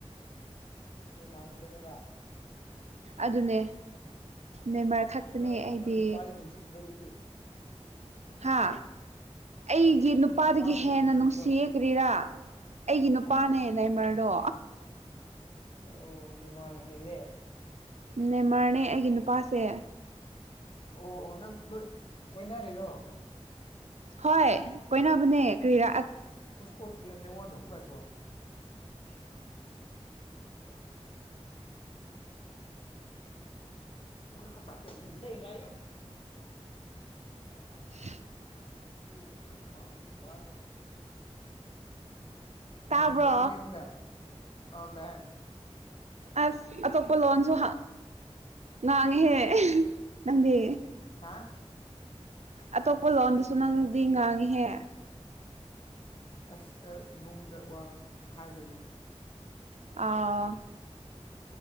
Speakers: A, on the left; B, on the right.
A: ꯑꯁꯅꯦ ꯃꯥꯒꯇꯅꯦꯕ
B: ꯑꯗꯨꯅꯦ ꯅꯦꯃꯔ ꯈꯛꯇꯅꯦ
A: ꯅꯣꯏ
B: ꯑꯩꯗꯤ
A: ꯅꯣꯏ ꯅꯨꯄꯥꯗꯤ ꯅꯨꯡꯁꯤꯗ꯭ꯔꯣ ꯑꯗꯨꯗꯤ
B: ꯍꯥ ꯑꯩꯒꯤ
A: ꯅꯣꯏ
B: ꯅꯨꯄꯥꯗꯒꯤ
A: ꯅꯨꯄꯥꯕꯨꯗꯤ
B: ꯍꯦꯟꯅ
A: ꯅꯨꯡꯁꯤꯗ꯭ꯔꯣ
B: ꯅꯨꯡꯁꯤ ꯀꯔꯤꯔꯥ ꯑꯩꯒꯤ ꯅꯨꯄꯥꯅꯦ
A: ꯑꯁ
B: ꯅꯏꯃꯔꯗꯣ
A: ꯑꯣ ꯅꯤꯡꯃꯅ ꯍꯦꯂꯦ
B: ꯅꯦꯃꯔꯅꯦ ꯑꯩꯒꯤ ꯅꯨꯄꯥꯁꯦ
A: ꯑꯣ ꯑꯣ ꯅꯪꯣꯏ ꯀꯣꯏꯅꯔꯤꯔꯣ
B: ꯍꯣꯏ ꯀꯣꯏꯅꯕꯅꯦ ꯀꯔꯤꯔ
A: ꯍꯨꯁꯄꯣꯇꯤ ꯅ ꯋꯥꯅꯣ ꯉꯥꯏꯇꯣ ꯇꯣ ꯀ ꯂꯩꯣ <inaudible>
B: <inaudible>
A: ꯁ ꯊꯗꯖꯒꯦ ꯌꯥ <inaudible> ꯅꯨꯉꯥꯏꯅ
B: ꯇꯥꯕ꯭ꯔꯣ
A: ꯂꯩꯕ꯭ꯔꯣ ꯌꯨꯝꯗ ꯑꯥꯎ ꯇꯥꯏ
B: ꯑꯁ ꯑꯇꯣꯞꯄ ꯂꯣꯟꯁꯨ ꯉꯥꯡꯉꯦꯍꯦ ꯅꯪꯗꯤ
A: ꯍꯥ
B: ꯑꯇꯣꯄ ꯂꯣ ꯅꯪꯗꯤ ꯉꯥꯡꯉꯤꯍꯦ
A: ꯑꯁꯗ ꯏꯕꯨꯡꯗ ꯋꯥ ꯍꯥꯏꯕꯩꯅꯦ
B: ꯑꯥꯎ